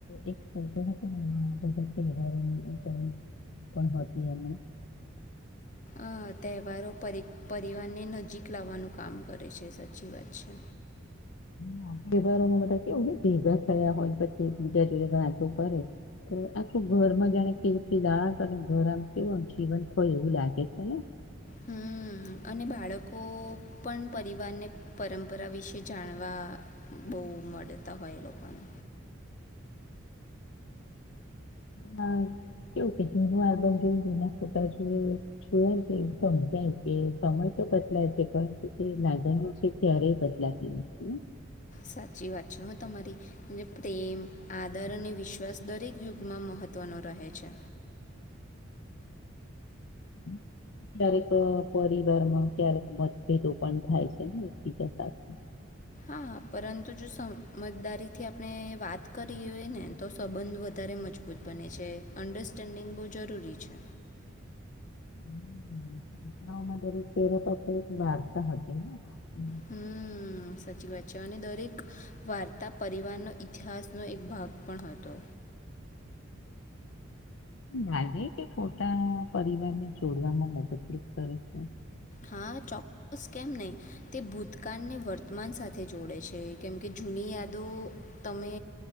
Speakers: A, on the left (about 70°); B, on the left (about 40°).
A: એક ફોટો હતો ને એમાં <unintelligible> પણ હતી એમાં
B: હા, તહેવારો પરિ પરિવારને નજીક લાવવાનું કામ કરે છે સાચી વાત છે.
A: હા તહેવારોમાં બધા કેવું નઈ ભેગા થયા હોય પછી એકબીજા જોડે વાતો કરે આખું ઘરમાં જાણે કે <unintelligible> દાંત અને ઘર આમ કેવું આમ જીવંત હોય એવું લાગે છે ને
B: હમ્મ અને બાળકો પન પરિવારને પરંપરા વિશે જાણવા આ બઊ મળેતા હોય એ લોકોને
A: હા કેવું કે જૂનું આલ્બમ જોય જૂના ફોટા જોય જોય તે સમજાય કે સમય તો બદલાય છે પણ તે છે લાગણીઓ છે ક્યારેય બદલાતી નથી.
B: સાચી વાત છે હં તમારી પ્રેમ, આદર અને વિશ્વાસ દરેક યુગમાં મહ ત્ત્વનો રહે છે.
A: હમ. ક્યારેક પરિવારમાં ક્યારેક મતભેદો પન થાય છે ને એકબીજા સાથે. હમ
B: હા પરંતુ જો સમજદારીથી આપને વાત કરી હોય ને તો સંબંધ વધારે મજ બૂત બને છે, અન્ડરસ્ટેન્ડિંગ બઉ જરૂરી છે.
A: <inaudible> <unintelligible> ઓમાં દરેક તહેવાર પાછળ એક વાર્તા હતી. તમને
B: હમ્મ, સાચી વાત છે અને દરેક વાર્તા પરિવારનો ઈતિહાસનો એક ભાગ પણ હતો.
A: લાગે કે ફોટા પરિવારને જોડવામાં મદદરૂપ કરે છે?
B: હા ચોક્કસ, કેમ નઈ? તે ભૂતકાળને વર્તમાન સાથે જોડે છે કેમ કે જુની યાદો તમે